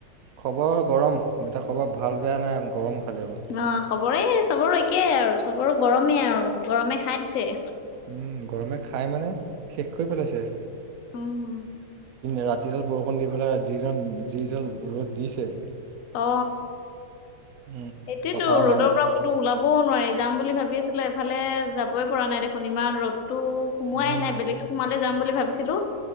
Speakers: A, on the right; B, on the left.
A: খবৰ, গৰম এতিয়া খবৰ ভাল বেয়া নাই গৰম। খালি অকল
B: অ, খবৰে, চবৰে একেই আৰু চবৰে গৰমেই আৰু গৰমে খাই দিছে।
A: উম, গৰমে খাই মানে শেষ কৰি পেলাইছে।
B: উম।
A: ৰাতিডাল বৰষুণ দি পেলাই যিডাল ৰ'দ দিছে।
B: অ,
A: উম
B: সেইটোৱেটো
A: পথাৰৰ মানুহ
B: ৰ'দৰ পৰা কতো ওলাবও নোৱাৰি। যাম বুলি ভাবি আছিলোঁ, এফালে যাবই পৰা নাই দেখোন ইমান ৰ'দ। সোমোৱাই
A: উম
B: নাই বেলি সোমালে যাম বুলি ভাবিছিলোঁ।